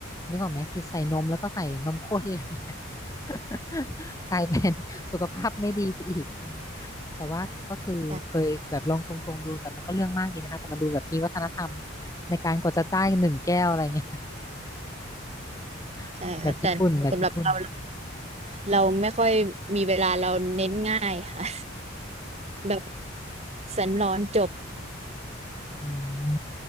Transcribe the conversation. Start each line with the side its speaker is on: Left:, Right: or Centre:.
Left: นึกออกไหมกินใส่นมแล้วก็ใส่นมข้นอะไรเงี้ย <laughs> กลายเป็นสุขภาพไม่ดีไปอีก แต่ว่าก็คือเคยแบบลองชงชงดูแต่มันก็เรื่องมากดีนะคะแต่มันดูแบบมีวัฒนธรรม
Right: ใช่
Left: ในการกว่าจะได้หนึ่งแก้วอะไรเงี้ย
Right: ใช่ค่ะแต่สำหรับเรา
Left: <laughs> แบบญี่ปุ่นแบมบญี่ปุ่น
Right: เราไม่ค่อยมีเวลาเราเน้นง่ายค่ะ แบบแสนร้อนจบ
Left: อืม